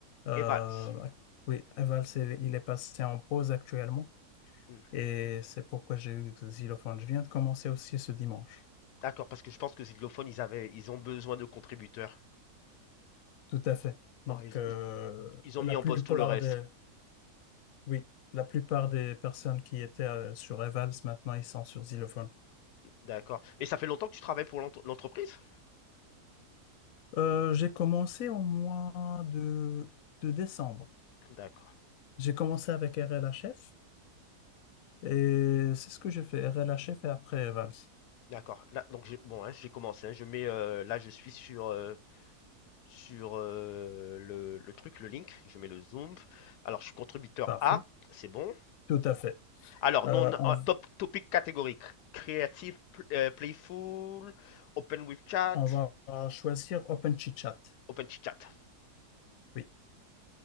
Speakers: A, on the left; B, on the left.
A: Euh,
B: Et Vals.
A: ac- oui, Evals, il, il est passé en pause actuellement.
B: Hmm.
A: Et c'est pourquoi j'ai eu Xylophone. Je viens de commencer aussi ce dimanche.
B: D'accord, parce que je pense que Zidlophone, ils avaient, ils ont besoin de contributeurs.
A: Tout à fait. Donc,
B: Ouais,
A: euh,
B: ils, ils
A: la
B: ont mis en
A: plupart
B: poste tout le reste.
A: des, oui, la plupart des personnes qui étaient euh, sur Evals, maintenant, ils sont sur Xylophone.
B: D'accord. Et ça fait longtemps que tu travailles pour l'ent- l'entreprise?
A: Euh, j'ai commencé au mois de, de décembre.
B: D'accord.
A: J'ai commencé avec RLHF. Et c'est ce que j'ai fait, RLHF et après Evals.
B: D'accord. Là, donc j'ai bon, hein, j'ai commencé. hein. je mets euh, là, je suis sur euh, sur euh, le, le truc, le link. Je mets le zoom. Alors, je suis contributeur
A: Parfait.
B: A, c'est bon.
A: Tout à fait.
B: Alors,
A: Euh,
B: non, euh,
A: on,
B: top, topic catégorique. Creative, euh, playful, open with chat,
A: on va choisir Open Chit Chat.
B: open chit chat.
A: Oui.